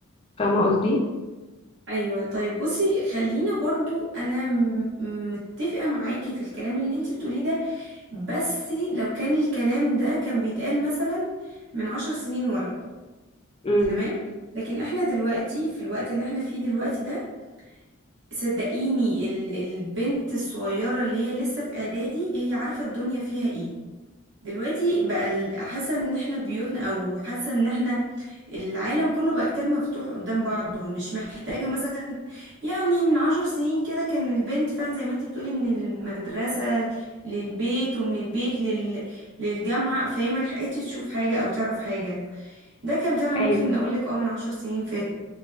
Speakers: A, on the left (about 25°); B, on the right (about 55°).
A: فاهمه قصدي
B: ايوه طيب بصي خلينا برضو انا م- متفقة معاكي في الكلام اللي انت بتقوليه ده بس لو كان الكلام ده كان بيتقال مثلا من عشر سنين ورا
A: امم
B: تمام لكن احنا دلوقتي في الوقت اللي احنا فيه دلوقتي ده صدقيني ال- البنت الصغيرة اللي هي لسه في اعدادي هي عارفة الدنيا فيها ايه دلوقتي بقى ال- حاسة ان احنا بيوتنا او حاسة ان احنا العالم كله بقى كتاب مفتوح قدام بعضه مش محتاجة مثلا يعني من عشر سنين كده كان البنت فعلا زي ما انت بتقولي من المدرسة للبيت ومن البيت لل... للجامعة فهي ما لحقتش تشوف حاجة او تعرف حاجة ده كان فعلا ممكن
A: ايوه
B: اقولك اه من عشر سنين فاتوا